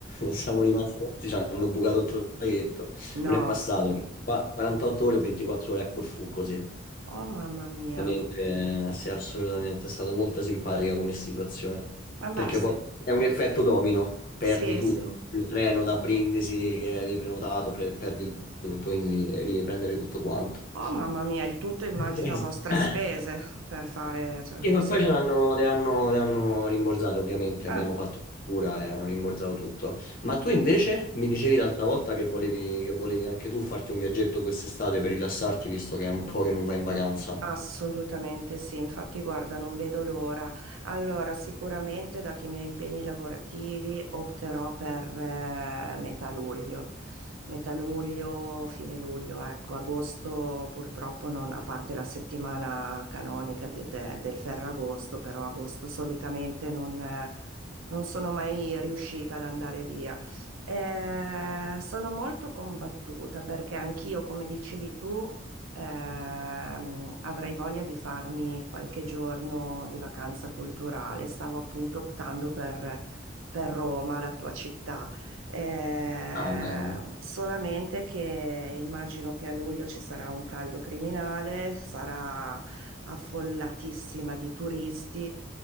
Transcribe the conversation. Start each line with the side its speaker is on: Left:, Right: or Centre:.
Left: <laughs> siamo rimasti, ci hanno bucato il traghetto. Non
Right: No,
Left: è passato, qua 48 ore o 24 ore a Corfù così.
Right: oh mamma mia,
Left: Veramente, eh, sì, assolutamente, è stata molto simpatica come situazione,
Right: vabbè
Left: perché
Right: sì,
Left: poi è un effetto domino, perdi
Right: sì,
Left: tutto,
Right: sì.
Left: il treno da Brindisi che avevi prenotato, pre- perdi tutto, quindi devi riprendere tutto quanto.
Right: Oh mamma mia, il tutto immagino
Left: <laughs>
Right: a vostre spese per fare, cioè,
Left: Sì,
Right: o
Left: ma
Right: se-
Left: poi ce l'hanno, le hanno, le hanno rimborsate, ovviamente,
Right: ah,
Left: abbiamo fatto cura e hanno rimborsato tutto. Ma tu invece mi dicevi l'altra volta che volevi, che volevi anche tu farti un viaggetto quest'estate per rilassarti, visto che è un po' che non vai in vacanza.
Right: assolutamente sì, infatti guarda, non vedo l'ora. Allora, sicuramente dati i miei impegni lavorativi opterò per eh, metà luglio, metà luglio, fine luglio, ecco, agosto purtroppo non, a parte la settimana canonica di- de- del Ferragosto, però agosto solitamente non eh, non sono mai riuscita ad andare via. Eh, sono molto combattuta perché anch'io, come dicevi tu, ehm, avrei voglia di farmi qualche giorno di vacanza culturale. Stavo appunto optando per, per Roma, la tua città. Eh,
Left: Ah, bene,
Right: solamente che immagino che a luglio ci sarà un caldo criminale, sarà affollatissima di turisti.